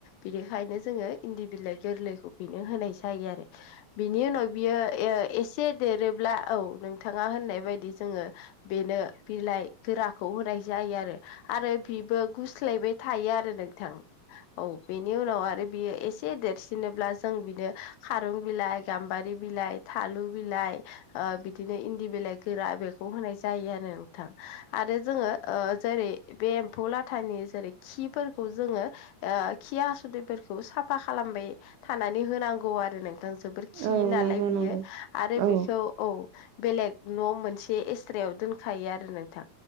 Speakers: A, on the left; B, on the right.
A: बिनिखायनो जोङो इन्दि बिलाइ गोरलैखौ बेनो होनाय जायो आरो बिनि उनाव बियो एसे देरोब्ला औ नोंथाङा होननाय बायदि जोङो बेनो बिलाइ गोराखौ होनाय जायो आरो आरो बिबो गुस्लायबाय थायो आरो नोंथां औ बेनि उनाव आरो बियो एसे देरसिनोब्ला जों बिनो खारं बिलाइ गाम्बारि बिलाइ थालु बिलाइ ओ बि बिदिनो इन्दि बिलाइ गोरा बेखौ होनाय जायो आरो नोंथां आरो जोङो ओ जेरै बे एम्फौ लाथानि जेरै खिफोरखौ जोङो ओ खि हासुदैफोरखौ साफा खालामबाय थानानै होनांगौ आरो नोंथां जोबोर खियो
B: औ
A: नालाय
B: नंगौ
A: बियो
B: नंगौ
A: आरो
B: औ
A: बेखौ औ बेलेग न' मोनसे एस्रायाव दोनखायो आरो नोंथां